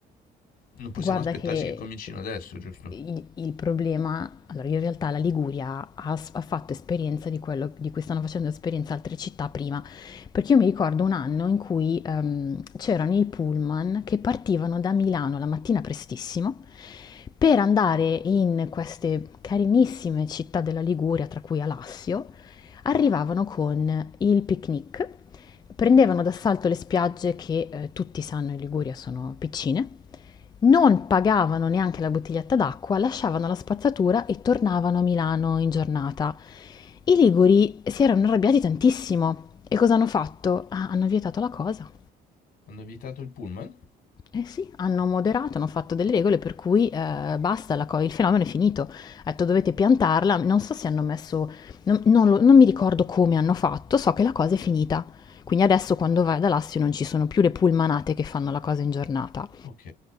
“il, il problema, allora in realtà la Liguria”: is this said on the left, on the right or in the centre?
Left